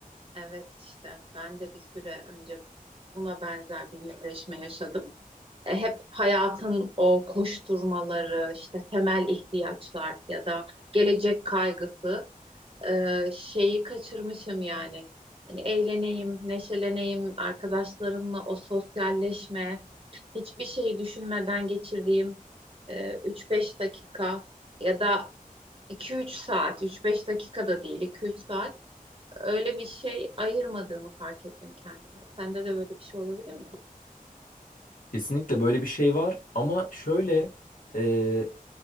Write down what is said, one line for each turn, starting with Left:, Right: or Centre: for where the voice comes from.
Right: Evet işte ben de bir süre önce buna benzer bir yüzleşme yaşadım. E, hep hayatın o koşturmaları, işte temel ihtiyaçlar ya da gelecek kaygısı e, şeyi kaçırmışım yani. Hani eğleneyim, neşeleneyim, arkadaşlarımla o sosyalleşme, hiçbir şeyi düşünmeden geçirdiğim e, 3-5 dakika ya da iki üç saat, üç beş dakika da değil, iki üç saat öyle bir şey ayırmadığımı fark ettim kendime. Sende de böyle bir şey olabilir mi?
Left: Kesinlikle böyle bir şey var ama şöyle e,